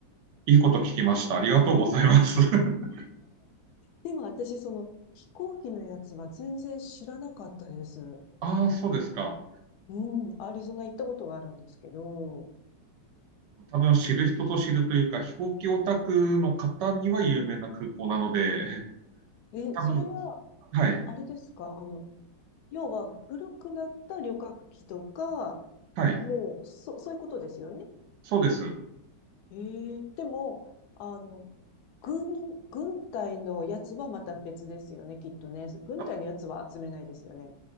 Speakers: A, on the right (about 75°); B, on the left (about 70°).
A: いいこと聞きました。ありがとうございます。<laughs>
B: でも私、その飛行機のやつは全然知らなかったです。
A: ああ、そうですか。
B: うん、アリゾナ行ったことはあるんですけど、
A: 多分知る人ぞ知るというか、飛行機オタクの方には有名な空港なので、
B: え、
A: 多分、
B: それは、
A: はい、
B: あれですかあの、要は古くなった旅客機とか、
A: はい、
B: もう、そ、そういうことですよね。
A: そうです。
B: ええでも、あの、軍、軍隊のやつはまた別ですよね、きっとね。
A: あ
B: 軍隊のやつは集めないですよね。